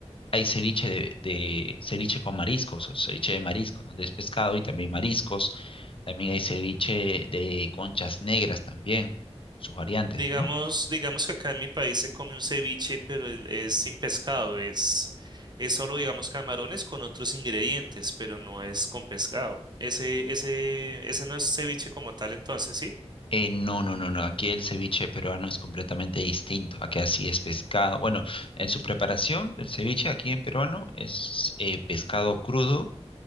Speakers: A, on the left; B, on the right.
A: hay ceviche de, de- ceviche con mariscos, o ceviche de mariscos, donde es pescado y también mariscos. También hay ceviche de conchas negras también, sus variantes,
B: Digamos,
A: ¿no?
B: digamos que acá en mi país se come un ceviche, pero el- es sin pescado. Es, es solo, digamos, camarones con otros ingredientes, pero no es con pescado. Ese, ese, ese no es ceviche como tal, entonces, ¿sí?
A: Eh, no, no, no, no. Aquí el ceviche peruano es completamente distinto. Aquí así es pescado. Bueno, en su preparación del ceviche aquí en peruano es eh, pescado crudo,